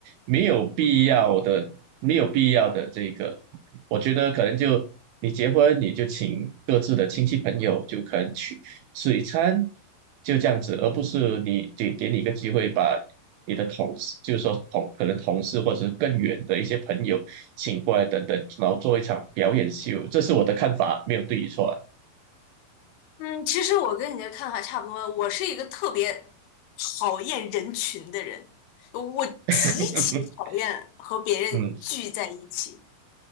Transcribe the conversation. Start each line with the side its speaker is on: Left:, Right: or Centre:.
Right: 没有必要的，没有必要的这个，我觉得可能就你结婚你就请各自的亲戚朋友，就可能去吃一餐，就这样子，而不是你给给你一个机会把你的同事，就是说同可能同事或者是更远的一些朋友请过来等等，然后做一场表演秀，这是我的看法，没有对与错啊。
Left: 嗯，其实我跟你的看法差不多。我是一个特别讨厌人群的人，我极其讨厌和别人聚在一起。
Right: <laughs> 嗯，